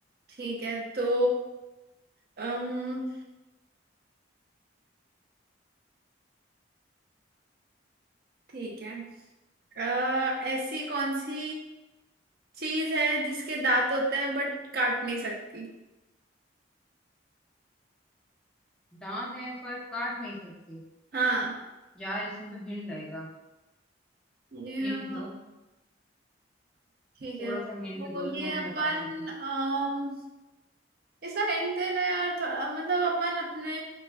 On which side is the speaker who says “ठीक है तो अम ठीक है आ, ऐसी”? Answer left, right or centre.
Right